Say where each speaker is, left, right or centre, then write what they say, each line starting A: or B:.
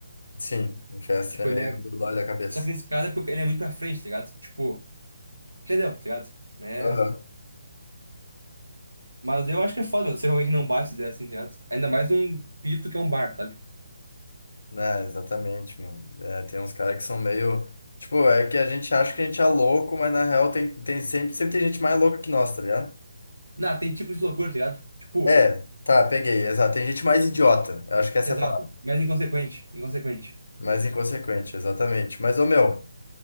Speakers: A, on the left; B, on the right.
A: sim. O Chester
B: Tipo,
A: é
B: ele
A: meio
B: é
A: doido da cabeça.
B: Só que nesse caso é porque ele é muito pra frente, tá ligado? Tipo, entendeu, tá ligado? Né?
A: Aham.
B: Mas eu acho que é foda, mano, ser alguém que não bate se der assim, tá ligado? Ainda mais num pito que é um bar, sabe?
A: É, exatamente, mano. É, tem uns caras que são meio. Tipo, é que a gente acha que a gente é louco, mas na real tem, tem sempre, sempre tem gente mais louca que nós, tá ligado?
B: Não, tem tipo de loucura, tá ligado? Tipo,
A: É, tá, peguei, exato. Tem gente mais idiota. Eu acho que essa
B: exato,
A: é a palavra.
B: mas inconsequente, inconsequente.
A: Mais inconsequente, exatamente. Mas, ô meu.